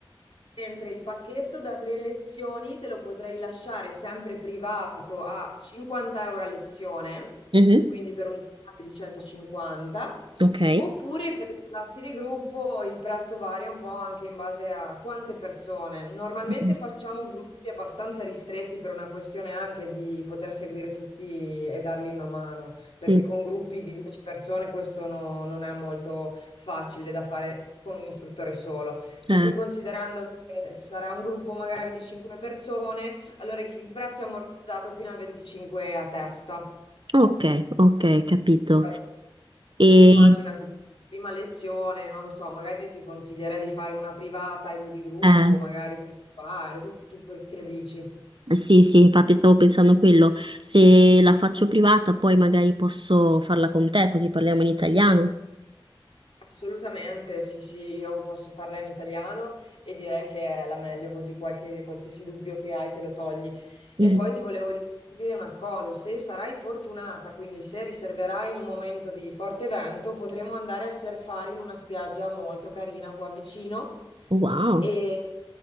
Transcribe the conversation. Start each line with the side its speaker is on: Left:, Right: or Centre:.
Left: Mentre il pacchetto da tre lezioni te lo potrei lasciare sempre privato a 50 euro a lezione,
Right: Mhm.
Left: quindi per un totale di 150,
Right: Ok.
Left: oppure per le classi di gruppo il prezzo varia un po' anche in base a quante persone. Normalmente
Right: Mm.
Left: facciamo gruppi abbastanza ristretti per una questione anche di poter seguire tutti e dargli una mano, perché
Right: Sì,
Left: con gruppi di 10 persone questo no- non è molto facile da fare con un istruttore solo. Per
Right: certo.
Left: cui considerando che sarà un gruppo magari di 5 persone, allora il prezzo è ammortizzato fino a 25 a testa.
Right: Ok, ok, capito.
Left: Però
Right: E
Left: Tu immaginati, prima lezione, non so, magari ti consiglierei di fare una privata, i due di gruppo,
Right: eh,
Left: magari per provare. Tu, tu che che dici?
Right: sì, sì, infatti stavo pensando quello. Se la faccio privata, poi magari posso farla con te, così parliamo in italiano.
Left: Assolutamente, sì, sì, io posso farla in italiano e direi che è la meglio, così qualche, qualsiasi dubbio che hai te lo togli. E
Right: Mhm.
Left: poi ti volevo dire anche una cosa, se sarai fortunata, quindi se riserverai in un momento di forte vento, potremo andare a surfare in una spiaggia molto carina qua vicino
Right: Wow.
Left: e,